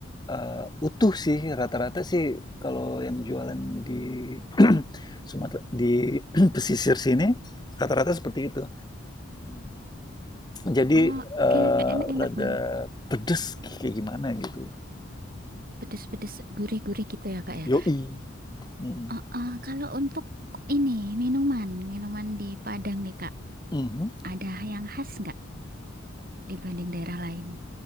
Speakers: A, on the left; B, on the right.
A: Eee, utuh sih, rata-rata sih kalau yang jualan di <clears throat> Sumatera di <clears throat> pesisir sini rata-rata seperti itu. Jadi,
B: Oh,
A: eee,
B: kayaknya enak-enak
A: rada
B: banget.
A: pedes kayak gimana gitu.
B: Pedes-pedes, gurih-gurih gitu ya Kak ya.
A: Yoi, mhm,
B: Eh, eh, kalau untuk ini minuman, minuman di Padang nih Kak,
A: mhm.
B: ada yang khas nggak dibanding daerah lain?